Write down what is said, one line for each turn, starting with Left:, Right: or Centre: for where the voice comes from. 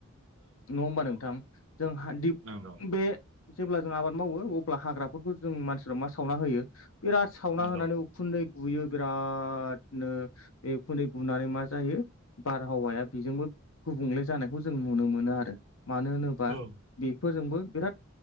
Left: नङा होमबा नोंथां। जों हादि
Right: नंगौ।
Left: बे जेब्ला जों आबाद मावो अब्ला हाग्राफोरखौ जों मानसिफ्रा मा सावना होयो बेराद सावना
Right: नंगौ
Left: होनानै उखुन्दै गुयो बिराद नो बेउखुन्दै गुनानै मा जायो बारहावाया बेजोंबो गुबुंले जानायखौ जों नुनो मोनो आरो मानो होनोब्ला बा
Right: औ
Left: बेफोरजोंबो बिराद